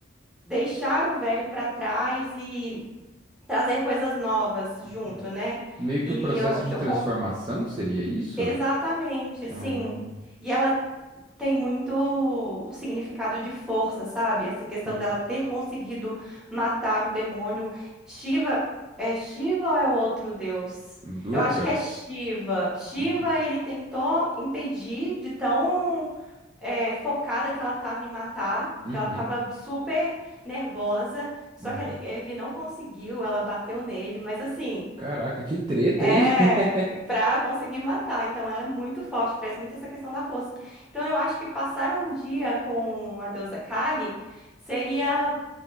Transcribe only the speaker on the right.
Hum.
Meio
que um processo
de
transformação,
seria isso?
Ah,
hum,
Durga?
Uhum,
uhum,
uhum.
Caraca, que treta,
hein? <laughs>